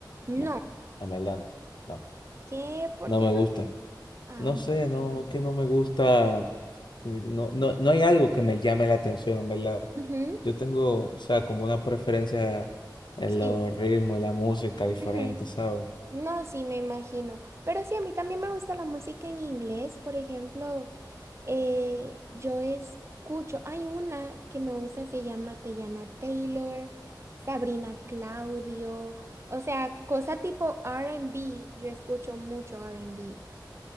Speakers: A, on the right (about 35°); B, on the left (about 80°).
A: No.
B: no, en verdad no, no,
A: ¿Qué? ¿Por
B: no
A: qué
B: me
A: no
B: gusta.
A: te gusta? Ah,
B: No sé, no, que no me gusta, no, no, no hay algo que me llame la atención, en verdad.
A: ujú,
B: Yo tengo, o sea, como una preferencia en
A: Sí.
B: los ritmos, en la música diferente,
A: ujú.
B: ¿sabes?
A: No, sí, me imagino. Pero sí, a mí también me gusta la música en inglés. Por ejemplo, Eh, yo escucho, hay una que me gusta, se llama Teyana Taylor, Sabrina Claudio, o sea, cosa tipo R&B, yo escucho mucho R&B.